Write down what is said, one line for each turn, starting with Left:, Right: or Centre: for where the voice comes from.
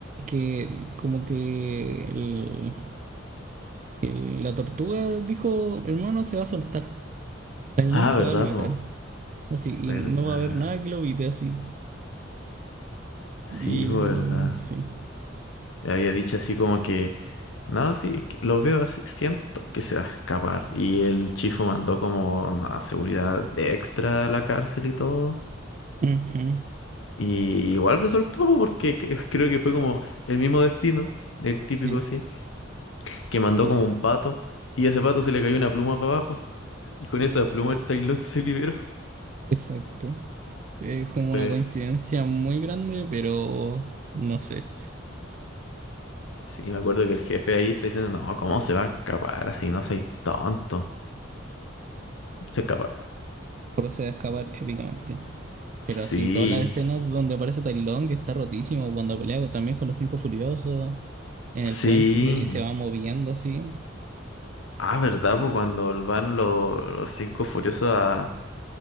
Right: Que como que el- el- la tortuga dijo, hermano, se va a soltar. Tang
Left: Ah,
Right: Long se
Left: ¿verdad,
Right: va a liberar.
Left: po?
Right: Así,
Left: ¿Verdad?
Right: y no va a haber nada que lo evite así.
Left: Sí,
Right: Y
Left: po, ¿verdad?
Right: sí.
Left: Le Había dicho así como que... No, sí, es que lo veo así, siento que se va a escapar. Y el Chifu mandó como a seguridad extra a la cárcel y todo.
Right: Ujú,
Left: Y igual se soltó po, porque cre- creo que fue como el mismo destino, el típico
Right: Sí,
Left: así, que mandó como un pato y a ese pato se le cayó una pluma para abajo. Y con esa pluma el Tai Lung se liberó.
Right: exacto. Es como
Left: Fue,
Right: una coincidencia muy grande, pero no sé.
Left: sí, me acuerdo que el jefe ahí está diciendo, no, ¿cómo se va a escapar así? No seas tonto. Se escapa.
Right: Procede a escapar épicamente. Pero
Left: Sí,
Right: sí, todas las escenas donde aparece Tai Lung, que está rotísimo, cuando pelea con- también con los Cinco Furiosos en el
Left: sí.
Right: puente y se va moviendo así.
Left: Ah, ¿verdad? Pues cuando van lo- los cinco furiosos a...